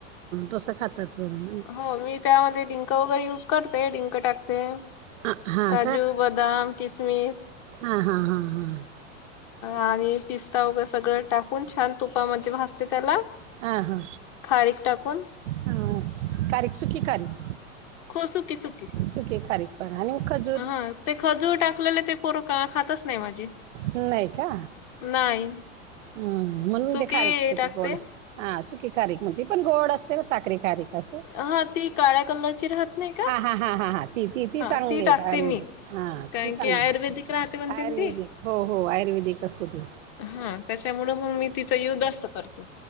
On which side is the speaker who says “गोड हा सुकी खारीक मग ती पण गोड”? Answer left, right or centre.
Right